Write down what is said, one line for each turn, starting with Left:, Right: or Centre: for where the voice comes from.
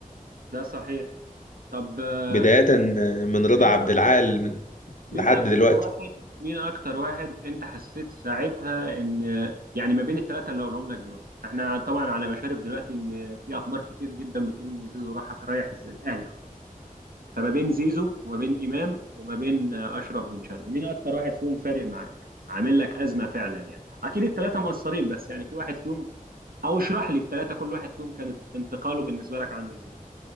Right: ده صحيح طب آه،
Left: بداية من رضا
Right: مين
Left: عبد
Right: أكتر
Left: العال
Right: مين
Left: لحد
Right: أكتر
Left: دلوقتي
Right: واحد مين أكتر واحد أنت حسيت ساعتها إن آه، يعني ما بين الثلاثة اللي هقولهم لك دول إحنا طبعا على مشارف دلوقتي إن في أخبار كتير جدا بتقول إن زيزو راح رايح الز- الأهلي خلاص فما بين زيزو وما بين إمام وما بين آه، أشرف بن شرقي مين أكتر واحد فيهم فارق معاك؟ عامل لك أزمة فعلا يعني أكيد الثلاثة مقصرين بس يعني في واحد فيهم او اشرح لي الثلاثه كل واحد فيهم كانت انتقاله بالنسبه لك عامل ازاي